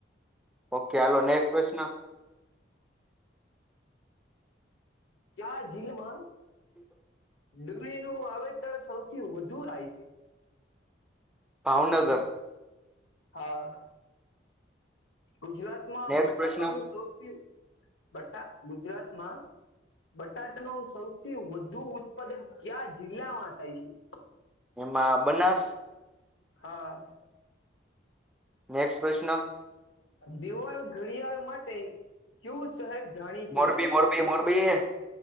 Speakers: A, in the centre; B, on the left.
A: ઓકે હાલો નેક્સ્ટ પ્રશ્ન?
B: <inaudible> ક્યા જીલમાં
A: <inaudible>
B: ડુંગળીનું વાવેતર સૌથી વધુ થાય છે?
A: ભાવનગર
B: હા. ગુજરાતમાં
A: નેક્સ્ટ
B: બટાકાનું
A: પ્રશ્ન
B: સૌથી બટા ગુજરાતમાં બટાટનું સૌથી વધુ ઉત્પાદન ક્યા જિલ્લામાં થાય છે?
A: એમાં બનાસ?
B: હા
A: નેક્સ્ટ પ્રશ્ન?
B: દિવાલ ઘડિયાળ માટે કેવું શહેર જાણીતું
A: મોરબી
B: છે?
A: મોરબી મોરબી